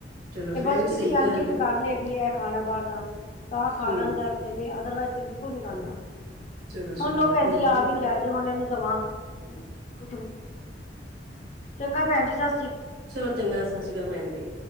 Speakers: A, on the right; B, on the left.
A: ਚਲੋ
B: ਇਹ
A: ਫਿਰ
B: ਬਸ
A: ਵੀ
B: ਕਿਸੇ
A: ਸਹੀ
B: ਟਾਈਮ
A: ਗੱਲ
B: ਜਿੱਦ
A: ਹੈ
B: ਕਰ ਲਏ ਵੀ ਇਹ ਖਾਣਾ ਬਾਹਰ ਦਾ ਤਾਂ ਖਾ
A: ਹਮ
B: ਲੈੈਂਦਾ, ਅਦਰਵਾਈਜ਼ ਤੇ ਬਿਲਕੁਲ ਨੀ ਖਾਂਦਾ।
A: ਚਲੋ ਚਲੋ
B: ਹੁਣ ਲੋ
A: ਵਧੀਆ
B: ਭੈਣ ਜੀ
A: ਵਧੀਆ
B: ਆ ਵੀ
A: ਭੈਣ
B: ਗਿਆ
A: ਜੀ
B: ਜੇ ਹੁਣ ਇਹਨੂੰ ਦਵਾਂ ਕੁਛ ਚੰਗਾ ਭੈਣ ਜੀ ਸਾ
A: ਚਲੋ ਚੰਗਾ, ਸਤਿ ਸ੍ਰੀ ਅਕਾਲ ਭੈਣ ਜੀ।